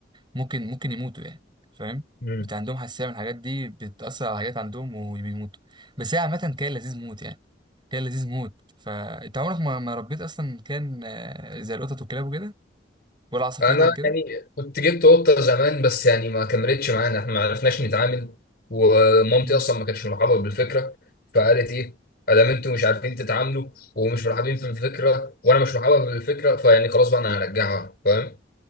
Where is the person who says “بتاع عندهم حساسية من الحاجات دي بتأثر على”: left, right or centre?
Right